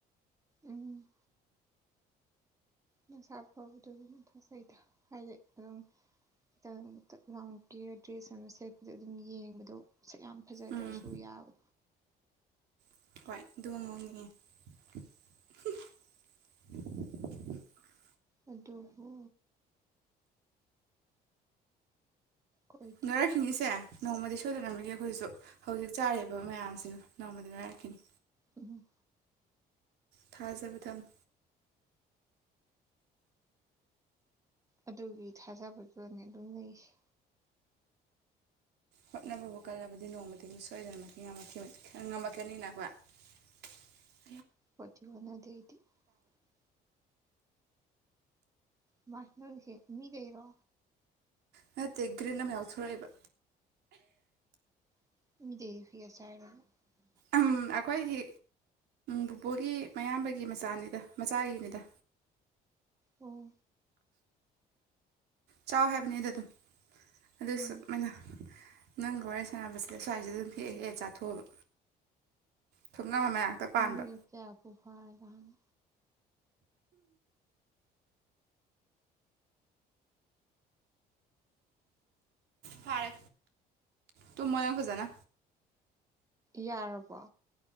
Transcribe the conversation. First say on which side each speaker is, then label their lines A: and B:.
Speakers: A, on the right; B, on the right.
A: ꯎꯝ ꯃꯁꯥ ꯐꯕꯗꫭ ꯑꯗꯨꯝ ꯐꯖꯩꯗ ꯍꯥꯏꯗꯤ ꯑꯗꯨꯝ ꯈꯤꯇꯪ ꯗꯛ ꯂꯥꯎꯅ ꯀꯦꯔꯒ ꯗ꯭ꯔꯦꯖ ꯑꯃ ꯁꯦꯠꯄꯗ ꯑꯗꯨꯝ ꯌꯦꯡꯕꯗꯣ ꯁꯛ ꯌꯥꯝ ꯐꯖꯗ꯭ꯔꯁꯨ
B: ꯎꯝ
A: ꯌꯥꯕ
B: ꯍꫭꯏ <unintelligible>
A: ꯑꯗꯨꯕꯨ ꯑꯣꯏꯗꯦ
B: <unintelligible> ꯅꯣꯡꯃꯗꯤ ꯁꯣꯏꯗꯅꯃꯛꯀꯤ ꯑꯩꯈꯣꯏꯁꯨ ꯍꯩꯖꯤꯛ ꯆꯥꯔꯤꯕ ꯃꯌꯥꯝꯁꯤꯅ ꯅꯣꯡꯃꯗꯤ ꯅꫭꯏꯔꯛꯈꯤꯅꯤ
A: ꯎꯝ
B: ꯊꯥꯖꯕ ꯊꯝꯃꯨ
A: ꯑꯗꯨꯒꯤ ꯊꯥꯖꯕꯗꯨꯅꯅꯦ ꯑꯗꯨꯝ ꯂꯩꯁꯦ
B: ꯍꯣꯠꯅꯕꯕꯨ ꯀꯜꯂꯗꯤ ꯅꯣꯡꯃꯗꯤ ꯁꯣꯏꯗꯅꯃꯛꯀꯤ ꯉꯃꯛꯈꯤ ꯉꯃꯛꯀꯅꯤ ꯅ ꯑꯩꯈꫭꯏ
A: <unintelligible> ꯏꯃ ꯅꯣꯏꯁꯦ ꯃꯤꯗꯩꯔꯣ
B: ꯅꯠꯇꯦ ꯒ꯭ꯔꯤꯟ ꯑꯃ ꯌꯥꯎꯊꯣꯡꯔꯛ ꯏꯕ
A: <unintelligible>
B: ꯑꯝ ꯑꯩꯈꯣꯏꯒꯤ ꯄꯨꯄꯨꯒꯤ ꯃꯌꯥꯝꯕꯒꯤ ꯃꯆꯥꯅꯤꯗ ꯃꯆꯥꯒꯤꯅꯤꯗ
A: ꯑꯣ
B: ꯆꯥꯎ ꯍꯥꯏꯕꯅꯤꯗ ꯑꯗꯨꯝ ꯑꯗꯨꯏꯁꯨ
A: ꯎꯝ
B: ꯑꯃꯅ ꯅꯪꯒ ꯋꯥꯔꯤ ꯁꯥꯅꯕꯁꯤꯗ ꯁ꯭ꯋꯥꯏꯁꯤꯗ ꯍꯦꯛꯑ ꯍꯦꯛꯑ ꯆꯥꯊꯣꯛꯑꯕ ꯊꯣꯡꯅꯝ ꯃꯌꯥꯛꯇ ꯄꯥꯟꯕ
A: ꯃꯤꯅꯠ ꯀꯌꯥꯕꯨ ꯐꯥꯔꯖꯥꯠꯅꯣ
B: ꯐꯥꯔꯦ ꯇꯨꯝꯃꯣ ꯅꯪ ꯐꯖꯅ
A: ꯌꯥꯔꯕꯣ